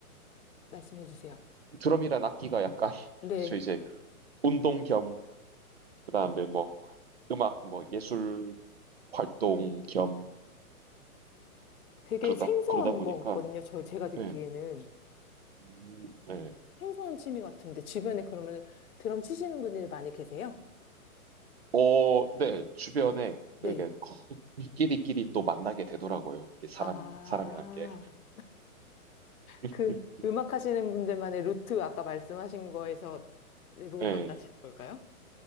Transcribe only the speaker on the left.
말씀해 주세요.
네.
되게
생소한
것 같거든요. 저, 제가 듣기에는.
생소한 취미 같은데, 주변에 그러면 드럼 치시는 분들 많이 계세요?
네.
아.
그 음악 하시는 분들만의 루트 아까 말씀하신 거에서 대부분
만나시는 걸까요?